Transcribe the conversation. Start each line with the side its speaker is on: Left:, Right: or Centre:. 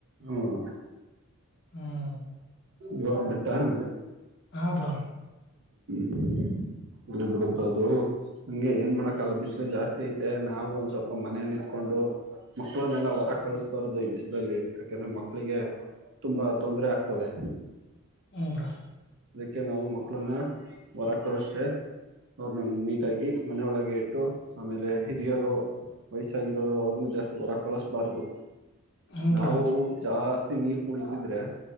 Right: ಹ್ಮ್
Left: ಹ್ಮ್.
Right: ಜಾಬ್ ಬಿಟ್ಟ ಹ್ಮ್
Left: ಹಾ ಬ್ರೋ
Right: ಹ ಇಲ್ಲಿ ಬಿಡಬದು ಹಂಗೆ ಏನ್ ಮಾಡಕ್ಕಲ್ಲ ಬಿಸ್ಲು ಜಾಸ್ತಿ ಐತೆ ನಾವು ಒಂದ್ ಸ್ವಲ್ಪ ಮನೇಲಿ ಇತ್ಕೊಂಡು ಮಕ್ಳನ್ನೆಲ್ಲ ಹೊರ ಕಳಸ್ಬಾರದು ಈ ಬಿಸಿಲಲ್ಲಿ ಯಾಕೆಂದ್ರೆ ಮಕ್ಳಿಗೆ ತುಂಬಾ ತೊಂದ್ರ ಆಗ್ತವೆ
Left: ಹ ಬ್ರೋ
Right: ಅದಕ್ಕೆ ನಾವು ಮಕ್ಕಳನ್ನ ಹೊರ ಕಳ ಮತ್ತ ಅವ್ರನ್ನ ನೀಟಾಗಿ ಮನೊಳಗೆ ಇಟ್ಟು ಆಮೇಲೆ ಹಿರಿಯರು ವಯಸ್ಸಾಗಿರೋರು ಅವ್ರನ್ನ ಜಾಸ್ತಿ ಹೊರ ಕೊಳಸ್ಬಾರದು
Left: ಹ್ಮ್
Right: ನಾವು
Left: ಬ್ರೋ
Right: ಜಾಸ್ತಿ ನೀರ್ ಕುಡಿತಿದ್ರೆ